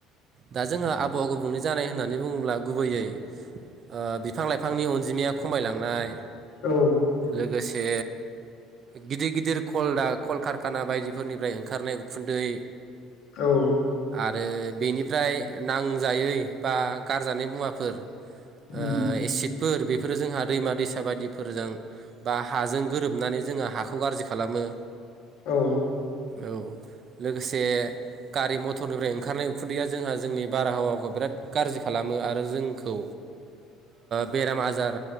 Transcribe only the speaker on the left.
औ
औ
उम
औ